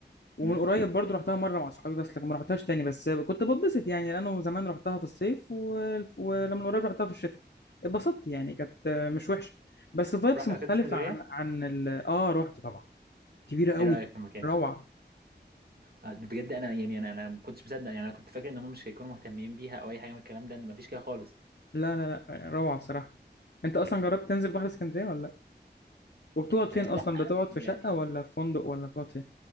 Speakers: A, on the left; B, on the right.
A: ومن
B: امم
A: قريب برضو رحتها مره مع اصحابي بس لكن ما رحتهاش تاني بس كنت بتبسط يعني انا زمان رحتها في الصيف و... ولما قريب رحتها في الشتاء اتبسطت يعني كانت مش وحشه بس فايبس
B: رحت
A: مختلفه
B: مكتبة اسكندرية
A: عن عن ال... اه رحت طبعا كبيره قوي
B: ايه رأيك في المكان
A: روعه
B: آه، بجد انا يعني انا انا ما كنتش مصدق يعني انا كنت فاكر ان هم مش هيكونوا مهتمين بيها او اي حاجه من الكلام ده ان ما فيش كده خالص
A: لا لا لا روعه بصراحه انت اصلا جربت تنزل بحر اسكندريه ولا لا وبتقعد فين
B: آه
A: اصلا
B: لا
A: بتقعد
B: يعني
A: في شقه ولا في فندق ولا بتقعد فين